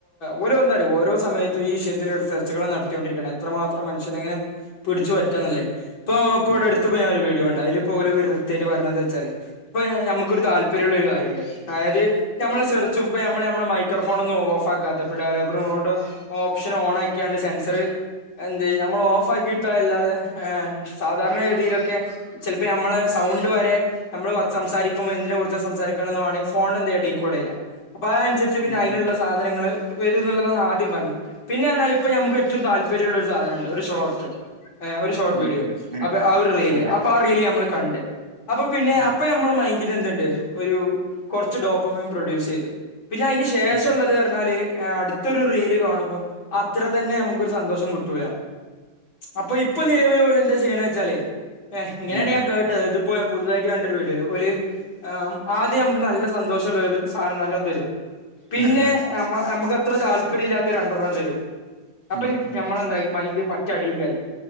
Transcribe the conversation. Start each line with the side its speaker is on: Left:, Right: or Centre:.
Left: ഓല് ഇപ്പോ എന്താറിയോ ഓരോ സമയത്തും ഈ വിഷയത്തിൽ റിസർച്ചുകൾ നടത്തി കൊണ്ടിരിക്കുയാണ് എത്രമാത്രം മനുഷ്യനിങ്ങനെ. പിടിച്ചു പറ്റാന്നള്ളേ ഇപ്പോ ഇപ്പോ
Right: ഉം
Left: അടുത്ത് പ്പോ ഞാൻ ഒരു വീഡിയോ കണ്ടു അയില് ഇപ്പോ ഓല് തെറ്റ് പറയുന്നത് എന്താ വെച്ചാല് ഇപ്പോ നമുക്കൊരു താല്പര്യമുള്ള ഒരു കാര്യം ഉണ്ട് അതായത് നമ്മളെ സെർച്ചും. ഇപ്പോ നമ്മള് നമ്മള് മൈക്രോഫോണ് ഒന്നും ഓഫാക്കാത്ത അപ്പം ഡവലപ്പർ മോഡും. ഓപ്ഷൻ ഓൺ ആക്കിയാണ്ട് സെൻസറ്. എന്തേ നമ്മൾ ഓഫ് ആക്കിയിട്ടല്ലാതെ സാധാരണഗതിയിലൊക്കെ. ചിലപ്പോ നമ്മളെ സൗണ്ട്. വരെ നമ്മള് സംസാരിക്കുമ്പോ എന്തിനെ കുറിച്ചാ സംസാരിക്കണം എന്ന് വാണേ ഫോണിന് എന്തേ ഡീകോഡ് ചെയ്യാം അപ്പോ അതനുസരിച്ച് പിന്നെ
Right: ഉം
Left: അതിനുള്ള
Right: ഉം
Left: സാധനങ്ങള് വരും എന്നുള്ളതാണ് ആദ്യം പറഞ്ഞത്. പിന്നെ പറഞ്ഞാല് ഇപ്പ നമുക്ക് ഏറ്റവും താല്പര്യമുള്ള ഒരു സാധനം ഉണ്ട്, ഒരു ഷോർട്ടറ്. ഒരു ഷോർട്ട്
Right: ഉം
Left: വീഡിയോ
Right: ഉം ഉം
Left: അപ്പോ ആ ഒരു റീല്
Right: അതെ അതെ
Left: അപ്പോ ആ റീല് നമ്മള് കണ്ട് അപ്പോ പിന്നെ
Right: ഉം
Left: അപ്പ ഞമ്മ മ്മളെ മൈൻഡിൽ എന്തുണ്ട് ഒരു കുറച്ച് ഡോപ്പമിൻ പ്രൊഡ്യൂസ് ചെയ്ത് പിന്നെ അതിന് ശേ ശേഷ
Right: ഉം
Left: ഉള്ളത് പറഞ്ഞാല് അടുത്തൊരു റീല് കാണുമ്പം അത്ര തന്നെ നമുക്കൊരു സന്തോഷം കിട്ടൂല. അപ്പോ ഇപ്പോ നിലവില് ഓല് എന്താ ചെയ്യണച്ചാലേ ഇങ്ങനെയാണ്
Right: ഉം
Left: ഞാൻ
Right: ഉം
Left: കേട്ടത്. ഇപ്പോ പുതുതായിട്ട് കണ്ടൊരു വീഡിയോൽ ഓല്. ആഹ് ആദ്യം നമുക്ക് നല്ല സന്തോഷ ഉള്ളൊരു സാധനം നല്ലോം തരും. പിന്നെ
Right: ഉം ഉം
Left: നമുക്ക് അത്ര താല്പര്യം ഇല്ലാത്ത രണ്ടെണ്ണം തരും. അപ്പോ
Right: ഉം ഉം
Left: ഞമ്മളെന്തായി മൈൻഡ് പറ്റെ അടീക്കായി.